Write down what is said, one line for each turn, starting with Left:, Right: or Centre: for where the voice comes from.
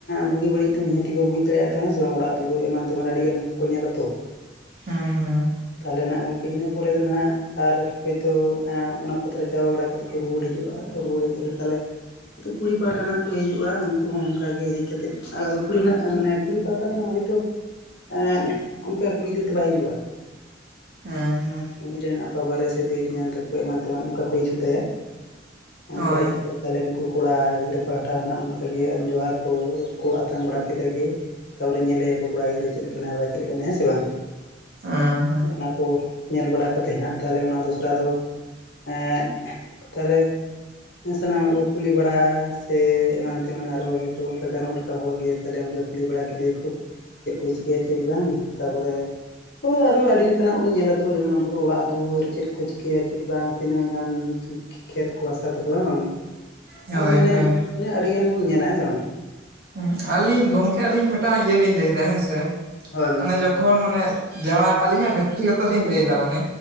Left: ᱵᱩᱜᱤ ᱵᱟᱹᱲᱤᱡ ᱫᱚ ᱱᱤᱦᱟᱹᱜᱠᱚ ᱵᱩᱡᱽ ᱫᱟᱲᱮᱭᱟᱜᱼᱟ ᱛ ᱦᱸᱮ ᱵᱟᱝ ᱚᱲᱟᱜ ᱫᱩᱣᱟᱹᱨ ᱮᱢᱟᱱ ᱛᱮᱢᱟᱱ ᱟᱹᱰᱤ ᱜᱟᱱ ᱠᱚ ᱧᱮᱞᱟ ᱛᱚ
Right: ᱦᱮᱸ ᱦᱮᱸ
Left: ᱛᱟᱦᱞᱮ ᱱᱟᱜ ᱜᱚᱢᱠᱮ ᱤᱱᱟᱹ ᱯᱚᱨᱮ ᱫᱚ ᱱᱟᱦᱟᱜ ᱟᱨ ᱦᱚᱭ ᱛᱚ ᱚᱱᱟ ᱯᱚᱛᱷᱟᱞᱮ ᱪᱟᱵᱟ ᱵᱟᱲᱟᱼᱼ ᱠᱟᱛᱮ ᱠᱚ ᱨᱩᱣᱟᱹᱲ ᱦᱤᱡᱩᱜ-ᱟ ᱨᱩᱣᱟᱹᱲ ᱦᱮᱡ ᱠᱟ ᱠᱟᱛᱮᱮᱫ ᱛᱟᱦᱚᱞᱮ ᱠᱩᱲᱤ ᱯᱟᱦᱴᱟᱱᱟᱜ ᱠᱚ ᱦᱤᱡᱩᱜ-ᱟ ᱩᱱᱠᱩ ᱦᱚᱸᱼᱼ ᱚᱱᱠᱟ ᱜᱮ ᱦᱮᱡ ᱠᱟᱛᱮᱫ ᱟᱫᱚ ᱠᱩᱲᱤ ᱨᱮᱱᱟᱜ ᱢᱟᱱᱮ ᱠᱩᱲᱤ ᱯᱟᱦᱴᱟ ᱫᱚ ᱦᱳᱭ ᱛᱳᱼᱼ ᱮᱜ ᱚᱱᱠᱟ ᱠᱩᱲᱤ ᱜᱤᱫᱽᱨᱟᱹ ᱫᱚ ᱵᱟᱭ ᱦᱤᱡᱩᱜ‌ ᱟᱭ
Right: ᱦᱮ ᱦᱮ‌
Left: ᱟᱡ ᱨᱮᱱ ᱟᱯᱟᱵᱟᱨᱮ ᱥᱮ ᱫᱟᱹᱭ ᱛᱮᱧᱟᱝ ᱛᱟᱠᱚ ᱮᱢᱟᱱ ᱛᱮᱢᱟᱱ ᱚᱱᱠᱟ ᱠᱚ ᱦᱤᱡᱩᱜ ᱛᱟᱭᱟ ᱚᱱᱠᱟ
Right: ᱦᱳᱭ
Left: ᱦᱮᱡ ᱠᱟᱛᱮ ᱛᱟᱦᱚᱞᱮ ᱱᱩᱠᱩ ᱠᱚᱲᱟ ᱜᱤᱫᱽᱨᱟᱹ ᱯᱟᱦᱴᱟ ᱱᱟᱜ ᱚᱱᱠᱜᱮ ᱮᱢ ᱡᱚᱸᱦᱟᱨ᱾ ᱠᱚ ᱟᱛᱟᱝ ᱵᱟᱲᱟ ᱠᱮᱫᱟᱮ ᱜᱮ ᱛᱟᱨᱯᱚᱨᱮ ᱧᱮᱞᱮᱭᱟᱠᱚ ᱠᱚᱲᱟ ᱜᱤᱫᱽᱨᱟᱹ ᱪᱮᱫ ᱞᱮᱠᱟᱱᱟ ᱵᱟᱭ ᱪᱮᱫ ᱞᱮᱠᱟᱱᱟ ᱦᱮᱸ ᱥᱮ ᱵᱟᱝ?
Right: ᱦᱮᱸ ᱦᱮᱸ
Left: ᱚᱱᱟ ᱠᱚ ᱧᱮᱞ ᱵᱟᱲᱟ ᱠᱟᱛᱮᱫ ᱱᱟᱦᱟᱜ ᱛᱟᱦᱚᱞᱮ ᱚᱱᱟ ᱫᱚᱥᱨᱟ ᱫᱚ ᱮ ᱛᱟᱦᱚᱞᱮ ᱥᱟᱱᱟᱢᱟᱜ ᱜᱮ ᱠᱩᱞᱤ ᱵᱟᱲᱟ ᱥᱮ ᱮᱢᱟᱱ ᱛᱮᱢᱟᱱ ᱟᱨᱚ ᱦᱚᱭ ᱛᱚ ᱚᱱᱠᱟ ᱜᱟᱱᱚᱜ ᱞᱮᱠᱟ ᱦᱚᱲᱜᱮ ᱛᱟᱦᱚᱞᱮ ᱚᱱᱠᱟ ᱠᱩᱞᱤ ᱵᱟᱲᱟ ᱠᱮᱫᱮᱭᱟᱠᱚ ᱪᱮᱫ ᱠᱚ ᱪᱤᱠᱟᱹᱭ ᱛᱟᱦᱮᱫ ᱵᱟᱲᱟᱭᱟᱢ ᱛᱟᱯᱚᱨᱮ ᱦᱳᱭ ᱟᱨᱚ ᱟᱹᱰᱤ ᱞᱮᱠᱟᱱᱟᱜ ᱵᱚᱱ ᱧᱮᱞ ᱟᱛᱚ ᱡᱮᱢᱚᱱ ᱟᱵᱚ ᱫᱚ ᱳᱲᱟᱜ ᱫᱩᱭᱟᱹᱨ ᱠᱚ ᱪᱤᱠᱟᱹᱭᱟ ᱪᱮᱫ ᱵᱟᱝ ᱛᱤᱱᱟᱹᱜ ᱜᱟᱱ ᱠᱷᱮᱛ ᱦᱟᱥᱟ ᱛᱟᱠᱚ ᱦᱮᱸ ᱵᱟᱝ᱾
Right: ᱦᱳᱭ
Left: ᱟᱨ ᱢᱟᱱᱮ
Right: ᱦᱳᱭ
Left: ᱟᱱᱮ ᱟᱹᱰᱤᱜᱟᱱ ᱵᱚᱱ ᱧᱮᱞᱟ ᱦᱮᱸ ᱥᱮ ᱵᱟᱝ᱾
Right: ᱦᱩᱸ ᱟᱹᱞᱤᱧ ᱜᱚᱝᱠᱮ ᱟᱹᱞᱤᱧ ᱢᱤᱫᱴᱟᱝ ᱤᱭᱟᱹ ᱞᱤᱧ ᱞᱟᱹᱭ ᱫᱟ ᱦᱮᱸ ᱥᱮ
Left: ᱦᱳᱭ ᱢᱟ
Right: ᱚᱱᱮ ᱡᱚᱠᱷᱚ ᱡᱚᱛᱚᱠᱷᱚᱱ ᱢᱟᱱᱮ ᱡᱟᱭᱟ ᱟᱹᱞᱤᱧᱟᱜ ᱵᱮᱠᱛᱤᱜᱚᱛᱚ ᱞᱟᱹᱭ ᱫᱟ ᱢᱟᱱᱮ᱾